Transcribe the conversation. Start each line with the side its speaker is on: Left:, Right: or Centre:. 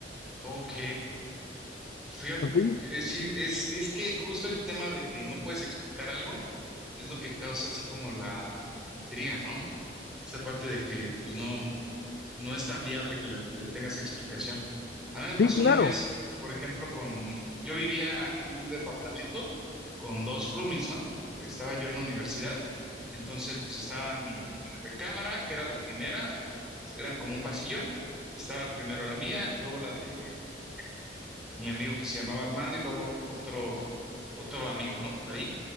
Centre: Ok, Fíjate,
Left: ¿No
Centre: ok,
Left: te digo?
Centre: eh, sí, es, es que justo el tema de que no puedes explicar algo es lo que causa así como la intriga, ¿no? Esa parte de que, pues no no es tan viable que le, que le tengas explicación. A mí me pasó
Left: Sí, claro,
Centre: una vez, por ejemplo, con, yo vivía en un departamento con dos roomies, ¿no? Estaba yo en la universidad, entonces pues estaba mi recámara, que era la primera, eran como un pasillo, estaba primero la mía, luego la de eh, mi amigo que se llamaba Armando y luego otro, otro amigo, ¿no? Por ahí.